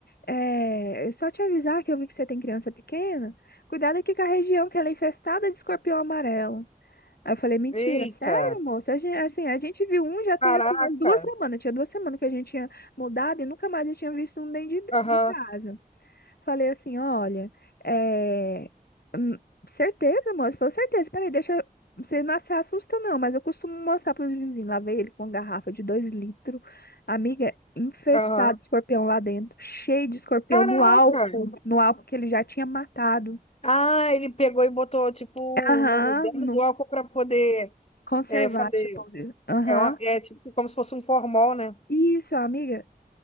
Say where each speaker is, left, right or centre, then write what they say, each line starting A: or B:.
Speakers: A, on the left; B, on the left.
A: É, eu só te avisar que eu vi que você tem criança pequena. Cuidado aqui com a região que ela é infestada de escorpião amarelo. Aí eu falei, mentira,
B: Eita!
A: sério, moço? A gente, assim, a gente viu um já tem
B: Caraca!
A: assim, umas duas semanas. Tinha duas semanas que a gente tinha mudado e nunca mais eu tinha visto um dentro de,
B: Aham,
A: de casa. Falei assim, olha, é... hum, certeza, moço, falou certeza, peraí, deixa, eu- você não se assusta não, mas eu costumo mostrar para os vizinhos, lá veio ele com uma garrafa de dois litros, amiga, infestado
B: aham.
A: de escorpião lá dentro, cheio de escorpião
B: Caraca!
A: no álcool, no álcool que ele já tinha matado,
B: Ah, ele pegou e botou, tipo,
A: aham,
B: no, dentro
A: no
B: do álcool para poder
A: conservar,
B: é, fazer.
A: tipo, aham,
B: É, uma- é tipo como se fosse um formol, né?
A: isso, amiga,